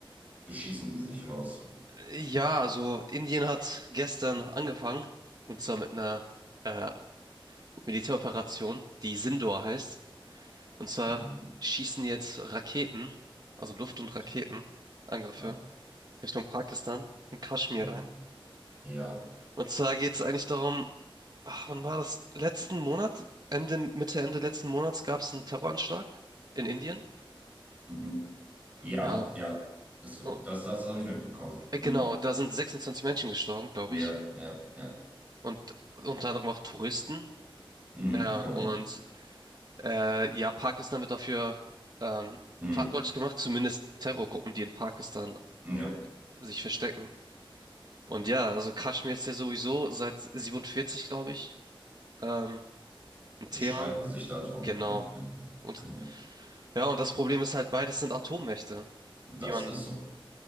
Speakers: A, on the right; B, on the right.
A: beschießen die sich oder was?
B: Ja, also Indien hat gestern angefangen, und zwar mit einer äh, Militäroperation, die Sindoor heißt. Und zwar
A: Mhm.
B: schießen jetzt Raketen, also Luft- und
A: Ach
B: Raketenangriffe
A: du. Ja,
B: Richtung Pakistan und Kaschmir
A: ja,
B: rein.
A: ja.
B: Und zwar geht es eigentlich darum, ach, wann war das? Letzten Monat, Ende, Mitte, Ende letzten Monats gab es einen Terroranschlag in Indien.
A: Mhm. Ja,
B: Ja,
A: ja. Das,
B: oh,
A: das, das habe ich mitbekommen.
B: äh,
A: Mhm.
B: genau, da sind 26 Menschen gestorben, glaube
A: Ja,
B: ich.
A: ja, ja.
B: Und unter anderem auch Touristen.
A: Mhm,
B: Ja,
A: genau.
B: und äh, ja, Pakistan wird dafür ähm,
A: Mhm.
B: verantwortlich gemacht, zumindest Terrorgruppen, die in Pakistan
A: Ja,
B: sich verstecken. Und ja, also Kaschmir ist ja sowieso seit 47, glaube ich, ähm, ein Thema.
A: die streiten sich da drum.
B: Genau.
A: Ja, ja,
B: Und
A: genau.
B: ja, und das Problem ist halt, beides sind Atommächte,
A: Das
B: wie man
A: ist so.